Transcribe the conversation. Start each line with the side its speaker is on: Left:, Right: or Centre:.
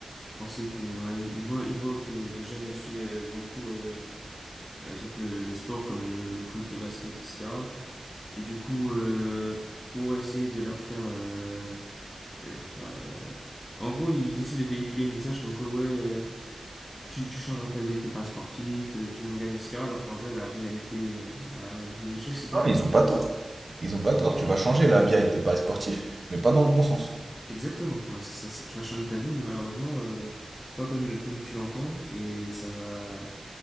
Left: ils pensaient que, ouais, ils voient, ils voient que les jeunes suivent euh, beaucoup, euh, par exemple, le- les sports comme euh, le foot, le basket, etc. Et du coup, euh, pour essayer de leur faire. euh, de leur faire euh, en gros, ils essaient de véhiculer le message comme quoi, ouais, euh, tu, tu changeras ta vie avec les paris sportifs, euh, tout le monde gagne, etc. Alors qu'en vrai, la réalité, euh, la réalité des choses, c'est quoi
Right: Non, ils ont pas tort.
Left: C'est-
Right: Ils ont pas tort. Tu vas changer la vie avec tes paris sportifs, mais pas dans le bon sens.
Left: Exactement, ouais, c'est ça, c'est que tu vas changer ta vie, mais malheureusement, euh, pas comme, comme tu l'entends, et ça va.